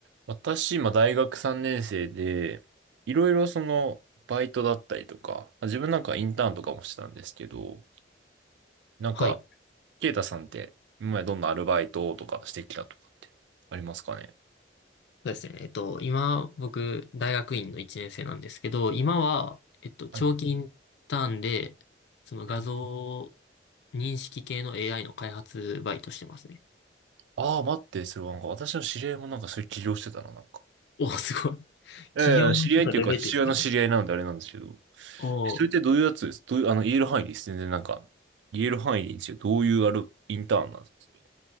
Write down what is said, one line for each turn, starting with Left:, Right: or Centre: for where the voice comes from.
Right: 私、今、大学3年生で、いろいろその、バイトだったりとか、自分なんかインターンとかもしてたんですけど、なんか、
Left: はい。そ
Right: ケイタさんって、今までどんなアルバイトとかしてきたとかってありますかね
Left: うですね。えっと、今、僕、大学院の1年生なんですけど、今は、えっと、長期インターンで、
Right: はい。
Left: その画像
Right: うん。
Left: 認識系の AI の開発バイトしてますね。
Right: ああ、待って、それはなんか、私の知り合いもなんかそういう起業してたな、なんか。
Left: おすごい。<laughs>
Right: いやいや、
Left: 企業のちょっとレベルですね。
Right: 知り合いっていうか、父親の知り合いなのであれなんですけど、
Left: お
Right: それってどういうやつですどういう、あの、言える範囲です。全然なんか、言える範囲でいいんですよ。どういうある、インターンなんですかそれ